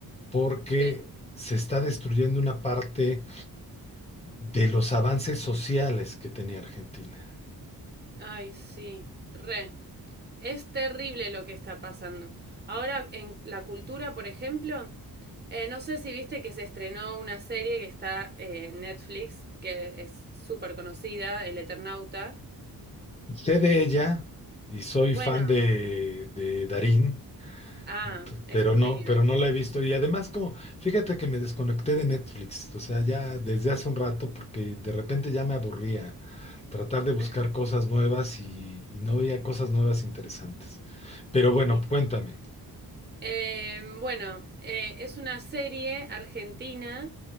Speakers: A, on the left; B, on the right.
A: porque
B: Sí,
A: se está destruyendo una parte de los avances sociales que tenía Argentina.
B: ay, sí, re. Es terrible lo que está pasando. Ahora, en la cultura, por ejemplo, eh, no sé si viste que se estrenó una serie que está eh, en Netflix, que es súper conocida, El Eternauta.
A: Sé de ella y soy
B: Bueno,
A: fan de, de Darín,
B: ah,
A: ento-
B: es
A: pero
B: un genio
A: no, pero
B: él.
A: no la he visto. Y además, como, fíjate que me desconecté de Netflix, o sea, ya desde hace un rato, porque de repente ya me aburría tratar de buscar
B: <laughs>
A: cosas nuevas y, y no veía cosas nuevas interesantes. Pero bueno,
B: Sí.
A: cuéntame.
B: Eh, bueno, eh, es una serie argentina